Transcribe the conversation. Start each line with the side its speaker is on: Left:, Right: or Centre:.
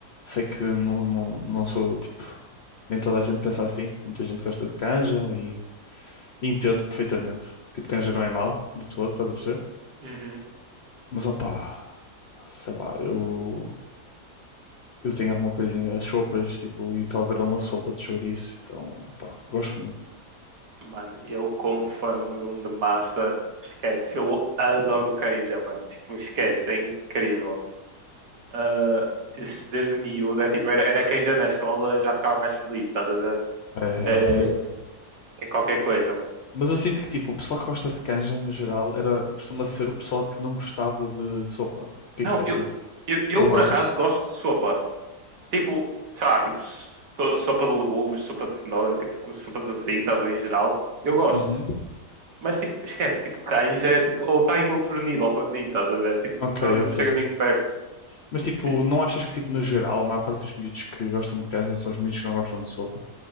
Left: Sei que não, não, não sou tipo. Nem toda a gente pensa assim. Muita gente gosta de canja e entendo perfeitamente. Tipo, canja não é mau de todo, estás a perceber?
Right: Uhum.
Left: Mas opá, sei lá, eu, eu tenho alguma coisinha, as sopas, tipo, e o caldo verde é uma sopa de chouriço, então opá, gosto muito.
Right: Mano, eu como fã número um de massa, esquece, eu adoro canja, mano. Tipo, esquece, é incrível. ah, isso desde miúdo, é tipo, era, era quem já na escola já ficava mais feliz, estás a ver?
Left: É, é,
Right: É,
Left: é.
Right: é qualquer coisa, mano.
Left: Mas eu sinto que tipo, o pessoal que gosta de canja no geral era, costuma ser o pessoal que não gostava de sopa. O que
Right: Não,
Left: é que achas?
Right: eu, eu, eu
Left: Ou
Right: por
Left: gostas?
Right: acaso
Left: de sopa?
Right: gosto de sopa. Tipo, sei lá, tipo, so- sopa de legumes, sopa de cenoura, tipo, com sopas assim, estás a ver, em geral, eu gosto.
Left: Uhum.
Right: Mas, tipo, esquece, tipo, canja é, tipo, ou está em outro nível para mim, estás a ver? Tipo,
Left: Ok,
Right: não, não
Left: ok.
Right: chega nem perto.
Left: Mas tipo,
Right: Tipo,
Left: não achas que tipo, no geral, a maior parte dos miúdos que gostam de canja são os miúdos que não gostam de sopa?